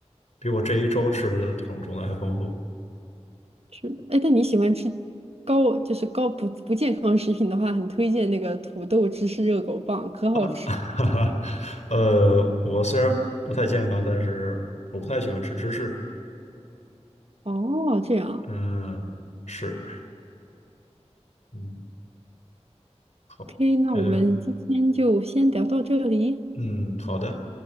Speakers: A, on the left; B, on the right.
A: 比我这一周吃的种种类还丰富。
B: 是的，哎，但你喜欢吃高，就是高不不健康食品的话，很推荐那个土豆芝士热狗棒，可好吃了。
A: <laughs> 哈哈，呃，我虽然不太健康，但是我不太喜欢吃芝士。
B: 哦，这样
A: 嗯，是，嗯，好，
B: ，OK，那我们今天就先聊到这里，
A: 这样，嗯，好的，